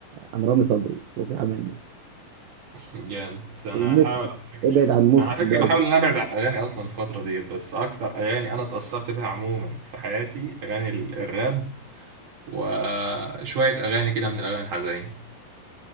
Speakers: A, on the right (about 80°); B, on the right (about 60°).
A: عن رامي صبري نصيحه مني
B: جامد انا
A: ومسلم
B: <laughs> هحاول على فكره
A: ابعد عن مسلم
B: انا على فكره
A: برضو
B: بحاول ان ابعد عن الاغاني اصلا الفتره ديت بس اكتر اغاني انا اتاثرت بيها عموما في حياتي اغاني ال- الراب وشويه اغاني كده من الاغاني الحزين